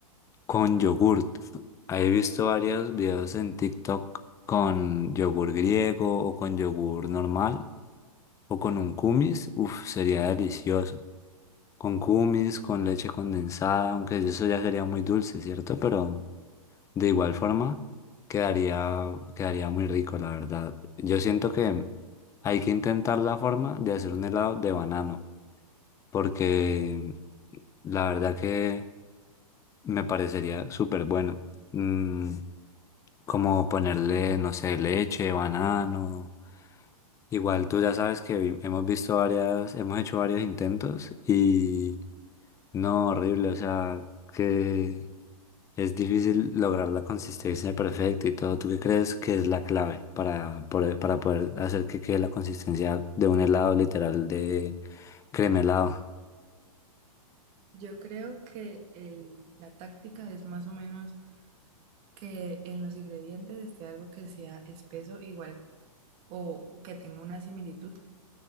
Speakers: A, on the left; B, on the right.
A: con yogurt. He visto varios videos en TikTok con yogur griego o con yogur normal o con un kumis. Uf, sería delicioso. Con kumis, con leche condensada, aunque eso ya sería muy dulce, ¿cierto? Pero... De igual forma, quedaría, quedaría muy rico, la verdad. Yo siento que hay que intentar la forma de hacer un helado de banano, porque la verdad que me parecería súper bueno. Mm, como ponerle, no sé, leche, banano. Igual tú ya sabes que vi- hemos visto varias, hemos hecho varios intentos y no, horrible, o sea, que Es difícil lograr la consistencia perfecta y todo. ¿Tú qué crees que es la clave para, poder- para poder hacer que quede la consistencia de un helado literal de crema helado?
B: Yo creo que el- la táctica es más o menos que en los ingredientes esté algo que sea espeso, igual o que tenga una similitud